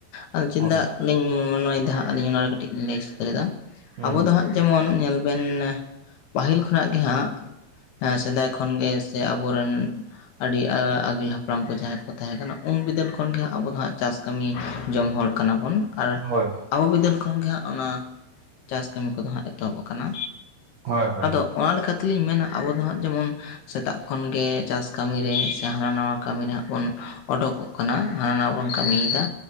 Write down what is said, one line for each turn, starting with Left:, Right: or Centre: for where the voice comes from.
Left: ᱟᱨ ᱪᱤᱫ
Right: ᱦᱳᱭ
Left: <inaudible> ᱞᱤᱧ ᱢᱚᱱᱚᱭᱫᱟ ᱦᱟᱸᱜ ᱟᱹᱧ ᱚᱱᱟ ᱠᱟᱹᱴᱤᱡ ᱞᱤᱧ ᱞᱟᱹᱭ <inaudible> ᱫᱟ
Right: ᱦᱩᱸ
Left: ᱟᱵᱚ ᱫᱚ ᱦᱟᱸᱜ ᱡᱮᱢᱚᱱ ᱧᱮᱞ ᱵᱮᱱ ᱯᱟᱹᱦᱤᱞ ᱠᱷᱚᱱᱟᱜ ᱜᱮ ᱦᱟᱸᱜ ᱥᱮᱫᱟᱭ ᱠᱷᱚᱱ ᱜᱮ ᱥᱮ ᱟᱵᱚᱨᱮᱱ ᱟᱹᱰᱤ ᱟ ᱟᱹᱜᱤᱞ ᱦᱟᱯᱲᱟᱢ ᱠᱚ ᱡᱟᱦᱟᱸᱭ ᱠᱚ ᱛᱟᱦᱮᱸ ᱠᱟᱱᱟ ᱩᱱ ᱵᱤᱫᱟᱹᱞ ᱠᱷᱚᱱ ᱜᱮ ᱟᱵᱚ ᱫᱚ ᱦᱟᱸᱜ ᱪᱟᱥ ᱠᱟᱹᱢᱤ ᱡᱚᱝ ᱦᱚᱲ ᱠᱟᱱᱟ ᱵᱚᱱ ᱟᱨ
Right: ᱦᱳᱭ
Left: ᱟᱵᱚ ᱵᱤᱫᱟᱹᱞ ᱠᱷᱚᱱᱜᱮ ᱦᱟᱸᱜ ᱚᱱᱟ ᱪᱟᱥ ᱠᱟᱹᱢᱤ ᱠᱚᱫᱚ ᱦᱟᱸᱜ ᱮᱛᱚᱦᱚᱵ ᱠᱟᱱᱟ
Right: ᱦᱳᱭ ᱦᱳᱭ ᱦᱳᱭ
Left: ᱟᱫᱚ
Right: ᱦᱳᱭ
Left: ᱚᱱᱟ ᱞᱮᱠᱟ ᱛᱮᱞᱤᱧ ᱢᱮᱱᱟ ᱟᱵᱚ ᱫᱚ ᱦᱟᱸᱜ ᱡᱮᱢᱚᱱ ᱥᱮᱛᱟᱜ ᱠᱷᱚᱱ ᱜᱮ ᱪᱟᱥ ᱠᱟᱹᱢᱤ ᱨᱮ ᱥᱮ ᱦᱟᱱᱟ ᱱᱟᱣᱟ ᱠᱟᱹᱢᱤ ᱨᱮ ᱦᱟᱸᱜ ᱵᱚᱱ ᱚᱰᱚᱠᱚᱜ ᱠᱟᱱᱟ <inaudible> ᱵᱚᱱ ᱠᱟᱹᱢᱤᱫᱟ